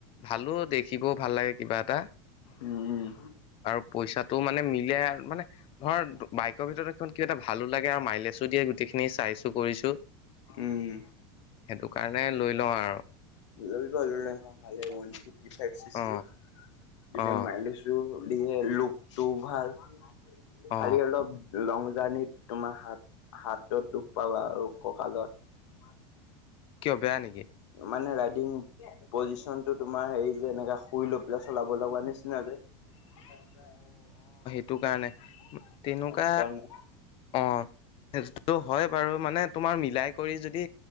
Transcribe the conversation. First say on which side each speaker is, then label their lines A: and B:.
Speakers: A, on the left (about 40°); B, on the left (about 85°).
A: ভালো দেখি শিকিবও ভাল লাগে কিবা এটা।
B: উম
A: আৰু পইচাটো মানে মিলে মানে ধৰ বাইকৰ ভিতৰত কিবা এটা ভালো লাগে আৰু মাইলেছো দিয়ে, গোটেইখিনি চাইছো কৰিছো।
B: উম
A: সেইটো কাৰণে লৈ লওঁ আৰু।
B: লৈ লোৱা সেইখন ল'লে ভালে ৱান ফিফটিফাইব‌ চি চিৰ
A: অ
B: আৰু
A: অ
B: মাইলাছো। দিয়ে লুকটো ভাল,
A: অ
B: খালি অলপ লং জাৰ্ণিত তোমাৰ হাত, হাতত দুখ পাবা আৰু কঁকালত।
A: কিয় বেয়া নেকি?
B: মানে ৰাইডিং পজিচন টো তোমাৰ হেৰি যে, এনেকা শুই লৈ পেলাই চলাব লগা নিচিনা যে <unintelligible>
A: তটো কাৰণে তেনেকুৱা
B: সেইকাৰণে
A: অ', সেইটো হয় বাৰু মানে তোমাৰ ম মিলাই কৰি যদি